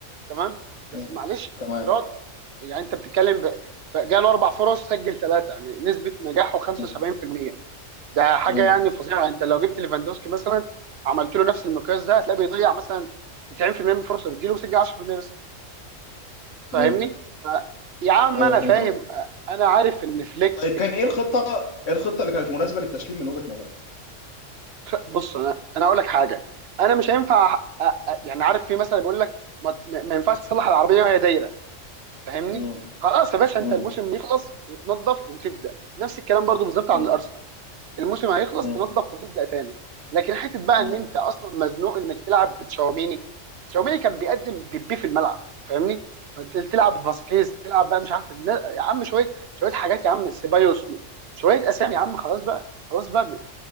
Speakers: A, on the right (about 60°); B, on the left (about 70°).
A: تمام
B: مم.
A: بس معلش انفراد
B: تمام
A: يعني انت بتتكلم ب... فجاله اربع فرص سجل ثلاثه يعني نسبه نجاحه 75%
B: مم.
A: ده حاجه
B: مم.
A: يعني فظيعه انت لو جبت ليفاندوسكي مثلا عملت له نفس المقياس ده هتلاقيه بيضيع مثلا 90% من الفرص اللي بتجيله وسجل 10% بس فاهمني؟
B: مم.
A: ف يا عم
B: ايوه
A: انا
B: فهمت
A: فاهم انا عارف ان فليك
B: طيب كان ايه الخطه ايه الخطه اللي كانت مناسبه للتشكيل من وجهه نظرك
A: بص انا انا اقول لك حاجه انا مش هينفع أ- أ- يعني عارف في مثلا بيقول لك ما, ما ينفعش تصلح العربيه وهي دايره فاهمني
B: مم.
A: خلاص يا باشا انت
B: مم.
A: الموسم يخلص وتنظف وتبدا نفس الكلام برضو بالظبط عن
B: مم.
A: الارسنال الموسم هيخلص
B: مم.
A: تنظف وتبدا تاني لكن حته بقى
B: مم.
A: ان انت اصلا مزنوق انك تلعب بتشاوميني تشاوميني كان بيقدم بيبي في الملعب فاهمني انت تلعب فاسكيز تلعب بقى مش عارف النا- يا عم شويه شويه حاجات يا عم سيبايوس شويه اسامي يا عم خلاص بقى خلاص بقى ب-